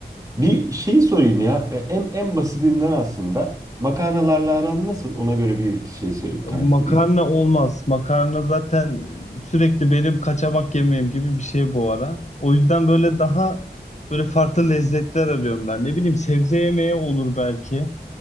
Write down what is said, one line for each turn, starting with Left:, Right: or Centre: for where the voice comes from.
Right: bir şeyi sorayım ya e, en, en basitinden aslında makarnalarla aran nasıl? Ona göre bir iki şey sö-
Left: Makarna
Right: tarif vereyim.
Left: olmaz. Makarna zaten sürekli benim kaçamak yemeğim gibi bir şey bu ara. O yüzden böyle daha böyle farklı lezzetler arıyorum ben. Ne bileyim sebze yemeği olur belki.